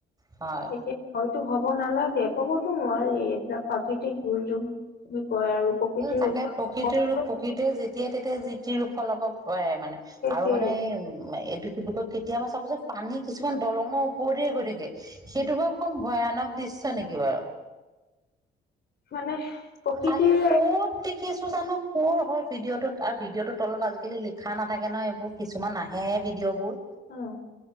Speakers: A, on the right (about 20°); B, on the left (about 55°).
A: হয়
B: এতিয়া হয়। হ'ব নালাগে ক'বতো নোৱাৰি এইবিলাক প্ৰাকৃতিক দুৰ্যোগ। কয় আৰু প্ৰকৃতিৰ
A: উ তাকে
B: ওচৰত
A: প্ৰকৃতৰ
B: সকলোৱে
A: ৰূপ প্ৰকৃতিয়ে যেতিয়াাই তেতিয়া জিতি ৰোপ হলাব পাৰে মানে আৰু
B: শেষ
A: মানে এই উ এইটো কি কয় কেতিয়াবা চাব সোণ পানী কিছুমান দলঙৰ ওপৰতে গৈ থাকে সেইটো হ ভয়ানক দৃশ্য নেকি বাৰু।
B: মানে প্ৰকৃতিয়ে
A: কালি ক'ত কিছো জানো কুৰ হয় ভিডিঅ'টোত আৰু ভিডিঅ তৰ তলত আজিকালি লিখা নাথাকে ন এইবোৰ কিছুমান আহে ভিডিঅ' বোৰ।
B: অ'।